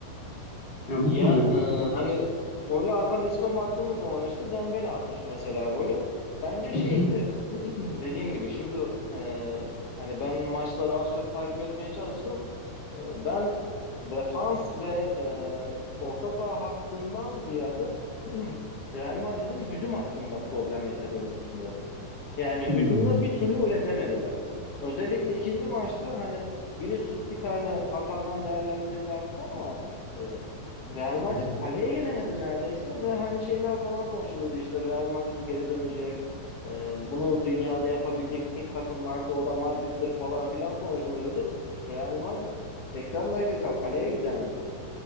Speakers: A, on the left; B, on the left.
A: Yani bu
B: Ya
A: konuda.
B: e, hani golü atan isme baktığımız zaman işte Dembele atmış mesela golü. Bence şeydi
A: Hı hı.
B: <clears throat> dediğim gibi şimdi e, hani ben maçları az çok takip etmeye çalıştım. E, ben defans ve e, orta saha hattından ziyade <clears throat> Real Madrid'in hücum hattında problem yaşadığını düşünüyorum. Yani
A: Hmm.
B: hücumda bir türlü üretemediler. Özellikle ikinci maçta hani Vinicius bir tane hatadan değerlendirdi hatta ama e, Real Madrid
A: Evet.
B: kaleye gelemedi neredeyse ve hani şeyler falan konuşuluyordu işte Real Madrid geri dönecek. E, bunu dünyada yapabilecek tek takım varsa o da Madrid'dir falan filan konuşuluyordu. Real Madrid 80 dakika kaleye gidemedi.